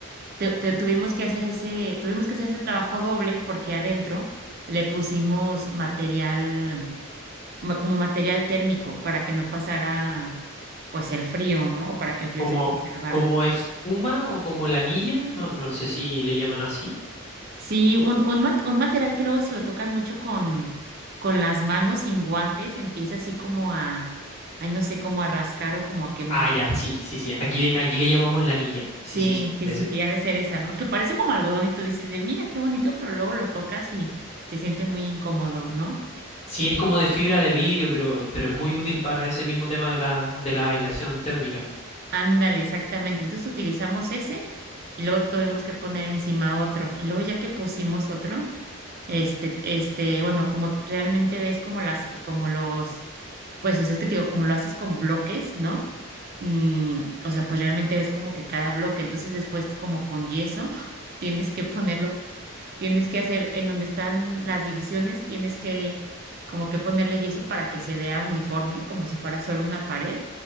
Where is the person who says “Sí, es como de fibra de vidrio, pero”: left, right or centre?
Left